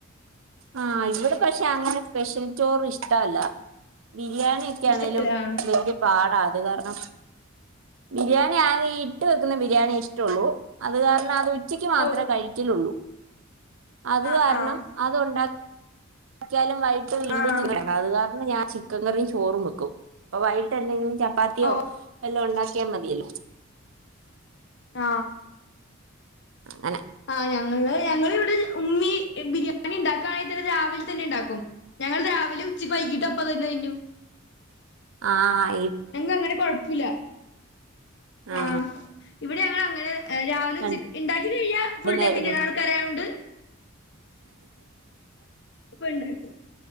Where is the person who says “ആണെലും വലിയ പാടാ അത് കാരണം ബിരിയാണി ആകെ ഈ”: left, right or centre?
Right